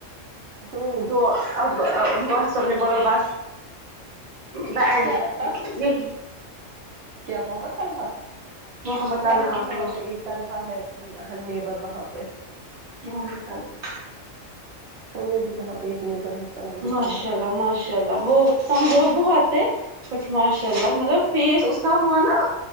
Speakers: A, on the right (about 60°); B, on the right (about 30°).
A: ہممم
B: تو اب ان کو سب نے بولا بس ب
A: اب کیا رکھا
B: یہ
A: کیا محمد طلحہ
B: محمد طلحہ
A: ہمیں بھی وہاں
B: ہاں
A: پہ ایک طلحہ ہے نیبر وہاں پہ
B: محمد طلحہ
A: ہمیں بھی وہاں پہ ایک نیبر ہے کا نام بھی
B: ماشاء
A: طلحہ ہے
B: اللہ ماشاء اللہ وہ کمزور بہت ہے بٹ ماشاء اللہ مطلب فیس اس کا ہوا نا